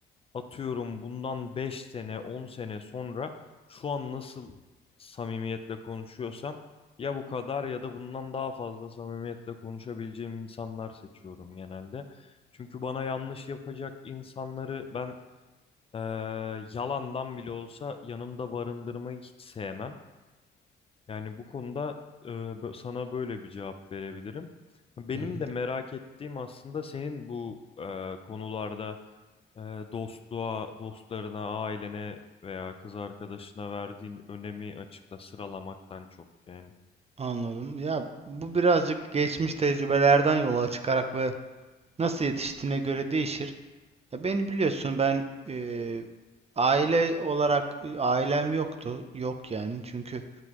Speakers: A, on the left; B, on the right.
A: atıyorum bundan 5 sene 10 sene sonra şu an nasıl samimiyetle konuşuyorsam ya bu kadar ya da bundan daha fazla samimiyetle konuşabileceğim insanlar seçiyorum genelde. Çünkü bana yanlış yapacak insanları ben eee, yalandan bile olsa yanımda barındırmayı hiç sevmem. Yani bu konuda e, bö- sana böyle bir cevap verebilirim. Benim
B: Hı hı.
A: de merak ettiğim aslında senin bu e, konularda e, dostluğa, dostlarına, ailene veya kız arkadaşına verdiğin önemi açıkta sıralamaktan çok yani.
B: Anladım. Ya bu birazcık geçmiş tecrübelerden yola çıkarak ve nasıl yetiştiğine göre değişir. Ya beni biliyorsun ben e, aile olarak e, ailem yoktu. Yok yani çünkü